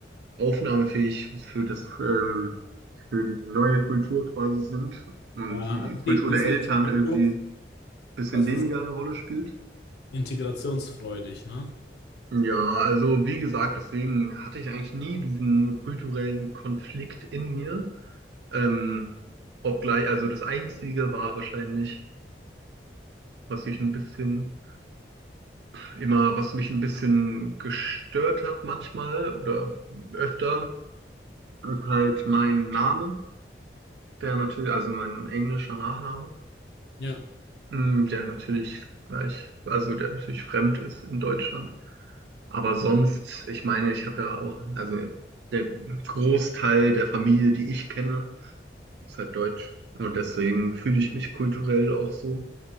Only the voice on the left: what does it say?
Ja,
also
die die
sind
Integrations,
also
die sind
integrationsfreudig, ne?
Ja,